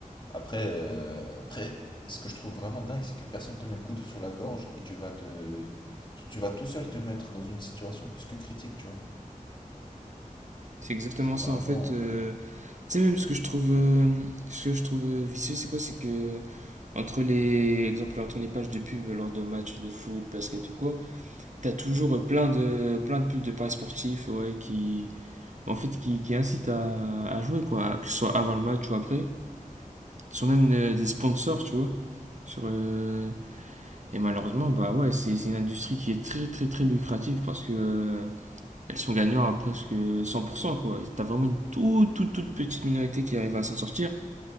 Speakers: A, on the left; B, on the right.
A: Après, euh, après, ce que je trouve vraiment dingue, c'est que personne te met le couteau sur la gorge et tu vas te, tu, tu vas tout seul te mettre dans une situation plus que critique, tu vois.
B: C'est exactement
A: C'est
B: ça.
A: vraiment.
B: En fait, euh, tu sais, même ce que je trouve, euh, ce que je trouve euh, vicieux, c'est quoi C'est que entre les, exemple, entre les pages de pub lors de matchs de foot, basket ou quoi t'as toujours plein de, plein de pubs de paris sportifs ouais, qui, en fait, qui, qui incitent à, à jouer, quoi, que ce soit avant le match ou après. Ce sont même euh, des sponsors, tu vois. Sur, euh, Et malheureusement, bah ouais, c'est c'est une industrie qui est très très très lucrative parce que euh, elles sont gagnantes à presque 100%, quoi. T'as vraiment une toute toute toute petite minorité qui arrive à s'en sortir.